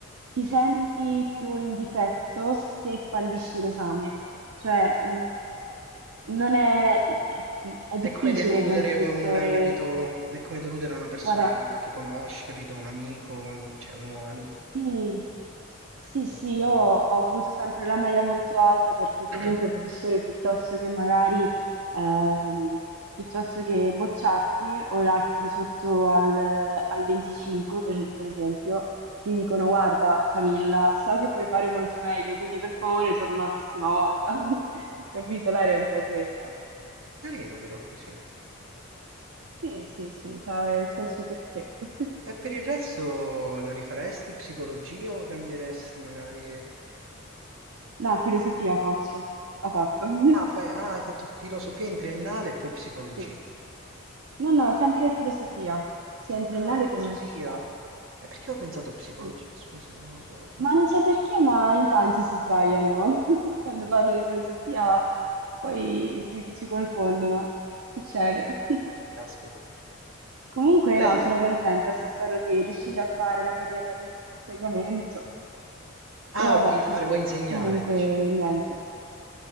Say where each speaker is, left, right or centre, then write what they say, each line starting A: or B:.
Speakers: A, on the right; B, on the right.
A: ti senti più in difetto se fallisci l'esame. Cioè, mh, non è, è
B: È
A: difficile
B: come deludere
A: che un professore...
B: un, capito? È come deludere una persona
A: Guarda,
B: che conosci, capito? Un amico, un- cioè un nuovo amico.
A: Sì, sì, sì,
B: Oh, bello.
A: io ho avuto sempre la media molto alta perché comunque
B: <clears throat>
A: i professori piuttosto che magari, ehm, piuttosto che bocciarti o darti sotto al, al 25, per, per esempio, ti dicono guarda Camilla, so che puoi fare molto meglio, quindi per favore torna la prossima volta. <laughs> Capito? L'area è un po' questa.
B: Carino però così.
A: Sì, sì, sì, c'ha c'ha il suo perché. <laughs>
B: E per il resto lo rifaresti psicologia o cambieresti magari...
A: No, filosofia faccio, ho fatto. <laughs>
B: Ah, fai- ah, hai fatto filosofia in triennale e poi psicologia.
A: Sì. No, no, sempre filosofia, sia in triennale
B: Ah, filosofia.
A: che in magistrale.
B: E perché ho pensato psicologia?
A: Sì.
B: Scusa, non lo so. ho sentito-
A: Ma non so perché, ma in tanti si sbagliano. <laughs> Quando parlo di filosofia, poi si, si confondono. Succede. <laughs>
B: Caspita.
A: Comunque,
B: Va bene.
A: no, sono contenta, se spero di riuscire a fare la carriera dell'insegnamento.
B: Ah,
A: E vabbè,
B: vuoi fare, vuoi insegnare,
A: comunque,
B: dici?
A: niente.